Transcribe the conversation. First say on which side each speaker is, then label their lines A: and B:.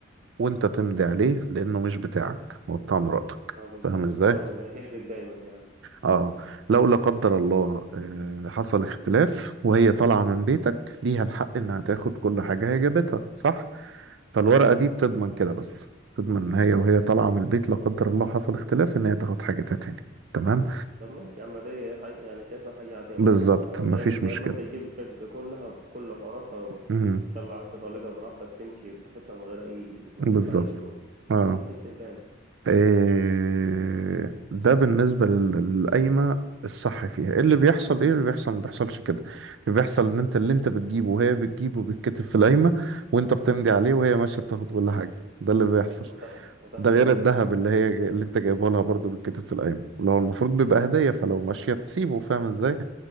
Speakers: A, on the right; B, on the right.
A: وانت تمضي عليه لانه مش بتاعك هو بتاع مراتك
B: اه بالظبط
A: فاهم ازاي؟
B: فال- هي دي القايمة دي يعني
A: اه لو لا قدر الله آه، حصل اختلاف وهي طالعة من بيتك ليها الحق انها تاخد كل حاجة هي جابتها صح فالورقة
B: لا كده
A: دي
B: صح
A: بتضمن كده بس تضمن ان هي وهي طالعة من البيت لا قدر الله حصل اختلاف ان هي تاخد حاجتها تاني تمام
B: طب ماشي يا عم دي هي يعني شايفها حاجة عادية
A: بالظبط
B: بصراحة اللي هو
A: مفيش
B: يا إما يا
A: مشكلة
B: إما أنت تجيب الشقة كلها بكل حواراتها و-
A: مهم.
B: وإن شاء الله عايز تطلقها براحتك تمشي براحتها من غير أي ما
A: بالظبط
B: تدفع أي فلوس
A: اه
B: يا إما تكتب دايم
A: إيه، ده بالنسبة لل- للقايمة الصح فيها إيه اللي بيحصل ايه اللي بيحصل ما بيحصلش كده اللي بيحصل ان انت اللي انت بتجيبه وهي بتجيبه بيتكتب في القايمة وانت بتمضي عليه وهي ماشية بتاخد كل حاجة ده اللي بيحصل
B: وتاخد وتاخد
A: ده غير
B: الشقة
A: الذهب
B: بالمرة
A: اللي
B: دايم
A: هي اللي انت جايبه لها برضه بيتكتب في القايمة اللي هو المفروض بيبقى هدية فلو ماشية تسيبه فاهم ازاي